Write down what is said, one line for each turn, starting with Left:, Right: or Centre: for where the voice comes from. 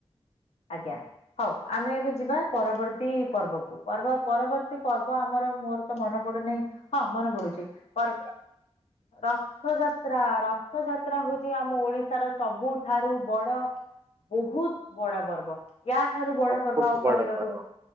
Left: ଆଜ୍ଞା। ହଉ ଆମେ ଏବେ ଯିବା ପରବର୍ତ୍ତୀ ପର୍ବକୁ। ପର୍ବ ପରବର୍ତ୍ତୀ ପର୍ବ ଆମର ମୋର- ତ ମନ ପଡୁନାହିଁ। ହଁ ମନେ ପଡୁଚି। ପର୍
Right: <inaudible>
Left: ର ରଥଯାତ୍ରା। ରଥଯାତ୍ରା ହୋଉଚି ଆମ ଓଡିଶାର ସବୁଠାରୁ ବଡ- ବହୁତ୍ ବଡ ପର୍ବ। ୟା ଠାରୁ ବଡ
Right: ସବୁଠୁ
Left: ପର୍ବ ଆଉ
Right: ବଡ
Left: କହିବାକୁ
Right: ପର୍ବ।